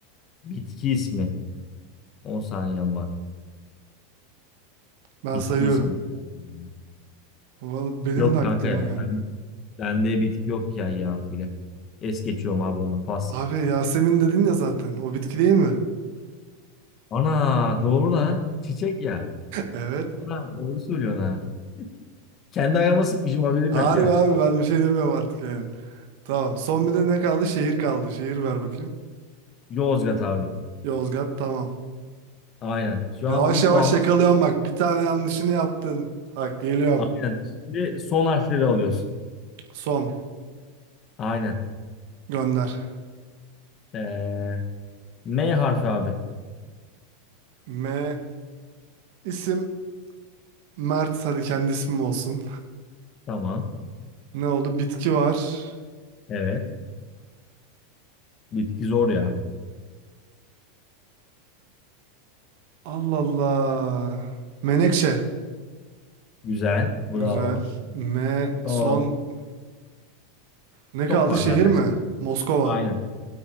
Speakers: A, on the left; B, on the right.
A: bitki ismi. 10 saniyem var.
B: ben
A: Bitki
B: sayıyorum.
A: ismi. Hmm.
B: Vallahi benim
A: Yok
B: de
A: kanka
B: aklıma
A: ya
B: gelmiyor.
A: ben bende bitki yok ya ya harfiyle. Es geçiyorum abi onu. Pas.
B: Abi Yasemin dedin ya zaten. O bitki değil mi? <laughs>
A: Ana doğru lan. Çiçek ya.
B: Evet.
A: Ana doğru söylüyorsun ha. Kendi ayağıma sıkmışım haberim
B: Harbi
A: yok ya.
B: abi ben bir şey demiyorum artık yani. Tamam. Son bir de ne kaldı? Şehir kaldı. Şehir ver bakayım.
A: Yozgat abi.
B: Yozgat tamam.
A: Aynen. Şu
B: Yavaş
A: an bir
B: yavaş
A: puanla
B: yakalıyorum
A: sen.
B: bak. Bir tane yanlışını yaptın. Bak geliyorum.
A: Aynen. Şimdi son harfleri alıyoruz.
B: Son.
A: Aynen.
B: Gönder.
A: Ee, M harfi abi.
B: M. isim Mert. Hadi kendi ismim olsun.
A: Tamam.
B: Ne oldu? Bitki var.
A: Evet. Bitki zor ya.
B: Allah Allah. Menekşe.
A: Güzel. Bravo.
B: Güzel. M.
A: Son
B: Son.
A: olarak
B: Ne kaldı?
A: çok var
B: Şehir
A: zaten
B: mi?
A: şimdi.
B: Moskova.
A: Aynen.